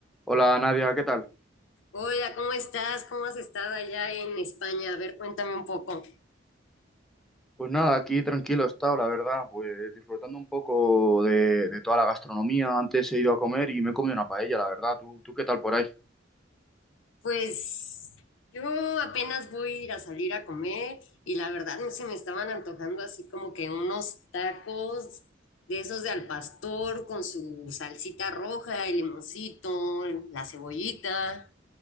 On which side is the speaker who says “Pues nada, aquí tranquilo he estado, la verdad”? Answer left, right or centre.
Centre